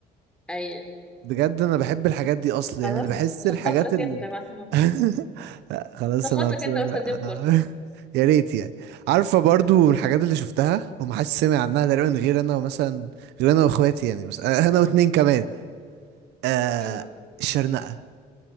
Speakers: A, in the centre; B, on the right (about 85°).
A: اي
B: بجد انا بحب الحاجات دي اصلا
A: خلاص
B: يعني بحس
A: في
B: الحاجات
A: خاطرك
B: ال
A: انت يا محمود
B: <laughs> لا خلاص
A: في
B: انا
A: خاطرك
B: بس-
A: انت
B: أنا-
A: بس اديم فرصة
B: <laughs> يا ريت يعني عارفة برضو الحاجات اللي شفتها ومحدش سمع عنها تقريبا غير انا ومثلا غير انا واخواتي يعني بس انا واتنين كمان آه
A: ايه بقى
B: الشرنقة